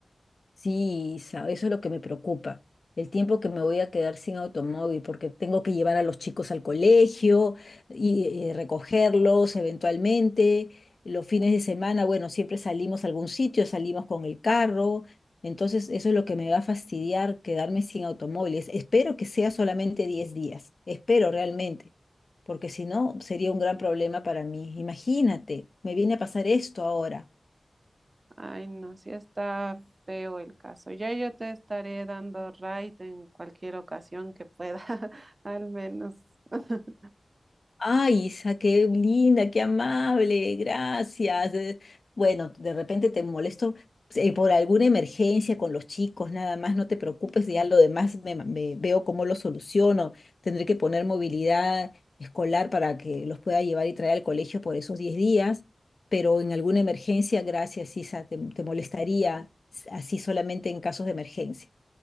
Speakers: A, on the left; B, on the right.
A: Sí, Isa, eso es lo que me preocupa. El tiempo que me voy a quedar sin automóvil, porque tengo que llevar a los chicos al colegio y, eh, recogerlos eventualmente. Los fines de semana, bueno, siempre salimos a algún sitio, salimos con el carro. Entonces, eso es lo que me va a fastidiar, quedarme sin automóviles. Espero que sea solamente 10 días. Espero realmente, porque si no, sería un gran problema para mí. Imagínate, me viene a pasar esto ahora.
B: Ay, no, sí está feo el caso. Ya yo te estaré dando right en cualquier ocasión que pueda, <laughs> al menos. <laughs>
A: Ay, Isa, qué linda, qué amable, gracias. Eh, Bueno, de repente te molesto eh, por alguna emergencia con los chicos, nada más, no te preocupes, ya lo demás me, ma- me veo cómo lo soluciono. Tendré que poner movilidad escolar para que los pueda llevar y traer al colegio por esos 10 días, pero en alguna emergencia, gracias, Isa, te, te molestaría s- así solamente en casos de emergencia.